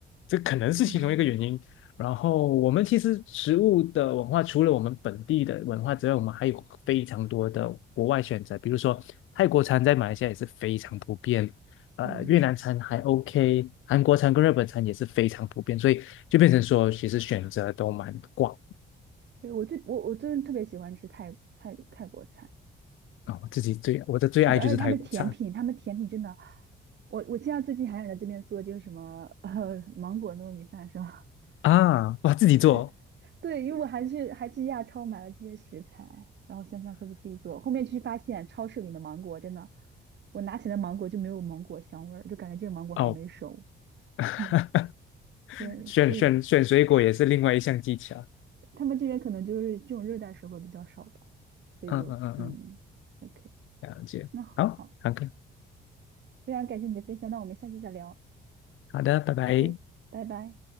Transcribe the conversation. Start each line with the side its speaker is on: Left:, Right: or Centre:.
Left: 这可能是其中一个原因。
Right: 嗯
Left: 然后我们其实食物的文化，除了我们本地的文化之外，我们还有非常多的国外选择，比如说泰国餐在马来西亚也是非常普遍，呃越南餐还
Right: 嗯，
Left: OK，韩国餐跟日本餐也是非常普遍，所以就变成说其实选择都蛮广
Right: 对，我最我我真的特别喜欢吃泰泰泰国菜。
Left: 啊。我自己最我的最爱就是泰国餐
Right: 是的，而且他们甜品，他们甜品真的，我我现在最近还想在这边做这个什么呃芒果糯米饭是吧？<laughs>
Left: 啊，哇，自己做
Right: 我就对，因为我还去还去亚超买了这些食材，然后想想可不可以自己做。后面去发现超市里的芒果真的，我拿起来的芒果就没有芒果香味儿，就感觉这个芒果好像没熟。
Left: 哦，<laughs>
Right: 嗯，对，
Left: 选选选水果也是另外一项技巧。
Right: 所以他们这边可能就是这种热带水果比较少吧，所以就嗯，OK，
Left: 嗯嗯嗯嗯，了解。
Right: 那好，
Left: 好，
Right: 好
Left: 好的，
Right: 非常感谢你的分享，那我们下次再聊
Left: 好的，拜拜。
Right: ，OK，拜拜。